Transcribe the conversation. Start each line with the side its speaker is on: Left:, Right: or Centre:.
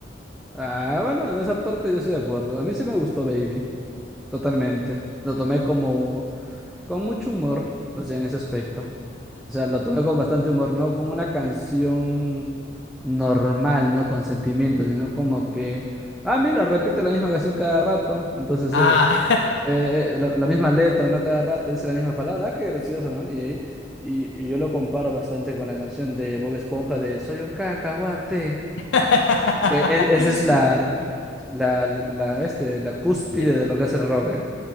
Centre: Ah, bueno, en esa parte yo estoy de acuerdo. A mí sí me gustó Baby, totalmente. Lo tomé como con mucho humor, o sea, en ese aspecto. O sea, lo tomé con bastante humor, no como una canción normal, no con sentimiento, sino como que, ah, mira, repite la misma canción cada rato, entonces
Left: Ah,
Centre: eh, eh, eh, la, la misma letra, ¿no? Cada rato dice la misma palabra, ah, qué gracioso, ¿no? Y ahí, y, y yo lo comparo bastante con la canción de Bob Esponja de Soy un cacahuate,
Left: <laughs>
Centre: que e- esa es la, la, la, este, la cúspide
Left: qué,
Centre: de lo que es el rock, ¿eh?